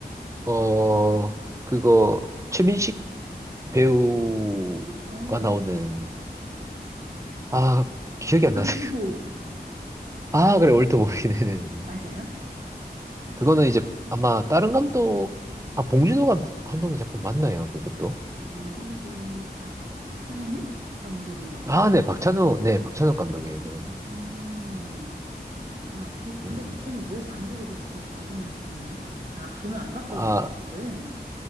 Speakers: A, on the right; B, on the right.
A: 어, 그거, 최민식 배우가
B: 시, 어,
A: 나오는, 아, 기억이
B: 올드보이.
A: 안 나네요. 아, 그래, 올드 보이는.
B: 맞아요?
A: 그거는 이제 아마 다른 감독, 아, 봉준호 감- 감독님 작품 맞나요? 그것도?
B: 올드보이 박찬욱 감독인 것 같아요.
A: 아, 네, 박찬욱, 네, 박찬욱 감독이에요, 그거는.
B: 음. 아, 그, 근데
A: 음.
B: 거기는 왜 만두로 그렇게 만두만 주나요? 나, 저, 저는 안 봤거든요,
A: 아,
B: 그거를.